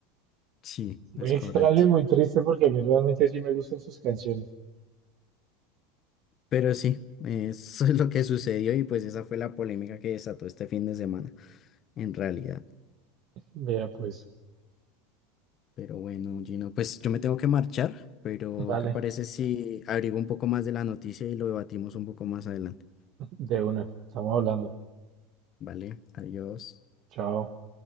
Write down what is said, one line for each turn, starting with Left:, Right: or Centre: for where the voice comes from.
Left: Sí,
Right: Muy
Left: es
Right: extraño
Left: correcto.
Right: y muy triste porque a mí realmente sí me gustan sus canciones.
Left: Pero sí, eso <laughs> es lo que sucedió y pues esa fue la polémica que desató este fin de semana, en realidad.
Right: Mira, pues,
Left: Pero bueno, Gino, pues yo me tengo que marchar, pero
Right: vale,
Left: ¿qué parece si abrigo un poco más de la noticia y lo debatimos un poco más adelante?
Right: de una, estamos hablando.
Left: Vale, adiós.
Right: Chao.